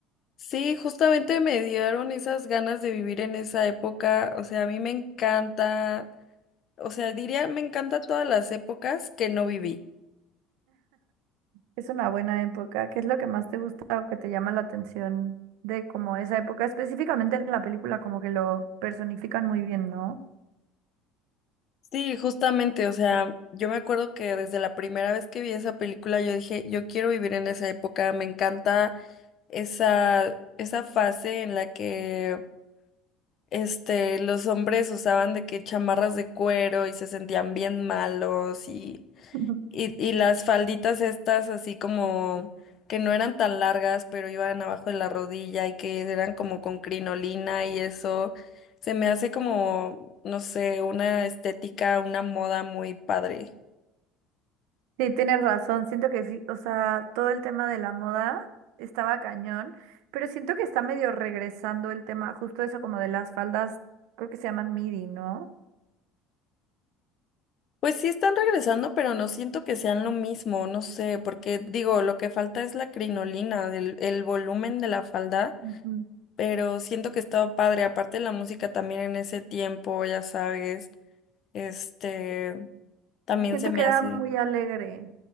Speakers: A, on the left (about 45°); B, on the right (about 75°).
A: Sí, justamente me dieron esas ganas de vivir en esa época, o sea, a mí me encanta, o sea, diría, me encanta todas las épocas que no viví.
B: Es una buena época. ¿Qué es lo que más te gusta o que te llama la atención de como esa época? Específicamente en la película, como que lo personifican muy bien, ¿no?
A: Sí, justamente, o sea, yo me acuerdo que desde la primera vez que vi esa película yo dije, yo quiero vivir en esa época, me encanta esa, esa fase en la que Este, los hombres usaban de que chamarras de cuero y se sentían bien malos y,
B: Ujú.
A: y, y las falditas estas así como que no eran tan largas, pero iban abajo de la rodilla y que eran como con crinolina y eso. Se me hace como, no sé, una estética, una moda muy padre.
B: Sí, tienes razón. Siento que sí, o sea, todo el tema de la moda estaba cañón, pero siento que está medio regresando el tema, justo eso como de las faldas, creo que se llaman midi, ¿no?
A: Pues sí están regresando, pero no siento que sean lo mismo, no sé, porque digo, lo que falta es la crinolina, el, el volumen de la falda
B: Ujú.
A: pero siento que estaba padre. Aparte la música también en ese tiempo, ya sabes, este, también
B: Siento
A: se me
B: que era
A: hace.
B: muy alegre.